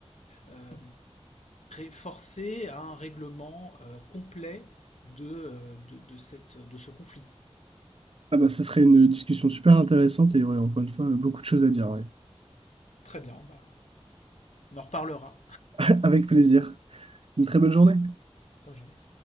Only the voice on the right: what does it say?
Ah bah, ce serait une discussion super intéressante et il y aurait encore une fois beaucoup de choses à dire. ouais.
<laughs> Avec plaisir. Une très belle journée.